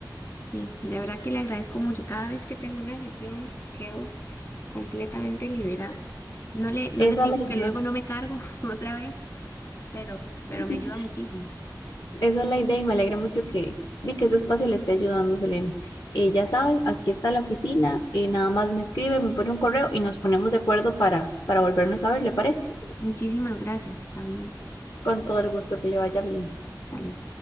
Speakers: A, on the left; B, on the left.
A: Sí, de verdad que le agradezco mucho. Cada vez que tengo una sesión quedo completamente liberada. No le, no
B: Esa
A: le digo
B: es la idea.
A: que luego no me cargo <laughs> otra vez. pero, pero
B: <laughs>
A: me ayuda muchísimo.
B: Esa es la idea y me alegra mucho que, di que este espacio le esté ayudando, Selena. Eh, ya saben, aquí está la oficina, eh, nada más me escribe, me pone un correo y nos ponemos de acuerdo para, para volvernos a ver, ¿le parece?
A: Muchísimas gracias, está bien.
B: Con todo el gusto, que le vaya bien.
A: Hasta luego.